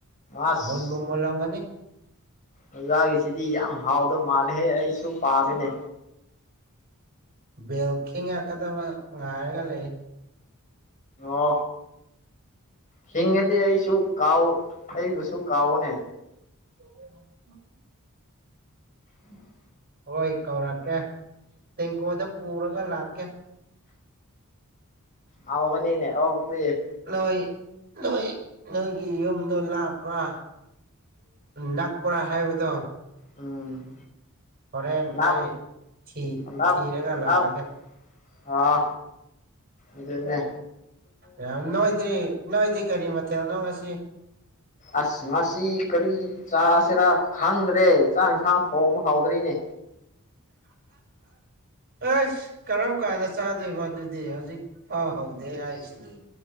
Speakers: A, on the left; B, on the right.
A: ꯑꯁ
B: ꯃꯣꯣꯟ ꯃ ꯃꯣ ꯂꯎꯒꯅꯤ
A: ꯑꯣꯖꯥꯒꯤꯁꯤꯗꯤ ꯌꯥꯝ ꯍꯥꯎꯗꯧ ꯃꯥꯜꯂꯦꯍꯦ ꯑꯩꯁꯨ ꯄꯥꯝꯃꯤꯅꯦ
B: ꯎ ꯦꯜꯈꯀꯗ ꯉꯥꯔꯒ ꯂꯩ
A: ꯑ ꯍꯤꯡꯉꯗꯤ ꯑꯩꯁꯨ ꯀꯥꯎ ꯑꯩꯕꯨꯁꯨ ꯀꯥꯎꯑꯣꯅꯦ
B: <unintelligible>
A: ꯎꯝ
B: ꯍꯣꯏ ꯀꯧꯔꯛꯀꯦ ꯇꯦꯡꯀꯣꯗ ꯄꯨꯔꯒ ꯂꯥꯛꯀꯦ
A: ꯍꯕꯅꯤꯅꯦ ꯍꯗꯤꯦ
B: ꯅꯣꯏ ꯅꯣꯏ ꯅꯣꯏꯒꯤ ꯌꯨꯝꯗꯣ ꯂꯥꯞꯄ꯭ꯔꯥ ꯅꯥꯛꯄꯔꯥ ꯍꯥꯏꯕꯗꯣ
A: ꯎꯝ
B: ꯍꯣꯔꯦꯟ
A: ꯂꯞ
B: ꯑꯩ
A: ꯂꯞ
B: ꯊꯤꯔꯒ ꯂꯥꯛꯑꯒꯦ
A: ꯂꯞ ꯑꯥ ꯑꯗꯨꯃꯦ
B: ꯌꯥ ꯅꯣꯏꯣꯏꯗ꯭ꯔꯤ ꯅꯣꯏꯣꯏꯗꯤꯔꯤ ꯀꯔꯤ ꯃꯊꯦꯜ ꯅꯣꯡ ꯉꯁꯤ
A: ꯑꯁ ꯉꯁꯤ ꯀꯔꯤ ꯆꯥꯥꯁꯔ ꯈꯥꯡ ꯔꯦ ꯆꯆꯥꯡ ꯌꯦꯟꯁꯥꯡ ꯊꯣꯡꯕ ꯍꯧꯥꯎꯗꯣꯏꯅꯦ
B: ꯑꯦꯁ ꯀꯔꯝ ꯀꯥꯟꯗ ꯆꯥꯗꯣꯏꯕ ꯑꯗꯨꯗꯤ ꯍꯧꯖꯤꯛ ꯍꯥꯎ ꯍꯧꯗꯦ
A: ꯑꯁ
B: ꯍꯥꯏꯁꯤꯗꯤ